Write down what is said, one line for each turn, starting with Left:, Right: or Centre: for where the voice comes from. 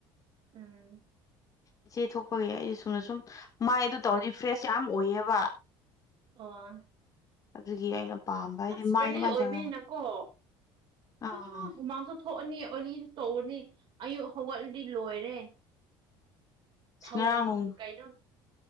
Right: ꯎꯝ
Left: ꯏꯆꯦ ꯊꯣꯛꯄꯒꯤ ꯑꯩꯁ ꯁꯨꯅ ꯁꯨꯝ ꯃꯥꯏ ꯑꯗꯨ ꯇꯧꯔꯗꯤ ꯐ꯭ꯔꯦꯁ ꯌꯥꯝ ꯑꯣꯏꯌꯦꯕ
Right: ꯑ
Left: ꯑꯗꯨꯒꯤ ꯑꯩꯅ ꯄꯥꯝꯕ ꯍꯥꯏꯗꯤ
Right: ꯑꯁ
Left: ꯃꯥꯏ
Right: ꯄꯦꯂꯤ
Left: ꯑꯗꯨꯃꯥꯏꯅ
Right: ꯑꯣꯏꯕꯅꯀꯣ
Left: ꯇꯧꯔ ꯑꯥ
Right: ꯑ ꯃꯥꯁꯨ ꯊꯣꯛ ꯅꯤ ꯑꯣꯂꯤ ꯇꯧꯕꯅꯤ ꯑꯌꯨꯛ ꯍꯧꯒꯠꯂꯗꯤ ꯂꯣꯏꯔꯦ ꯊꯧꯉ
Left: ꯉꯔꯥꯡ ꯅꯨꯡ
Right: ꯑꯗꯨ ꯀꯥꯏꯩꯅ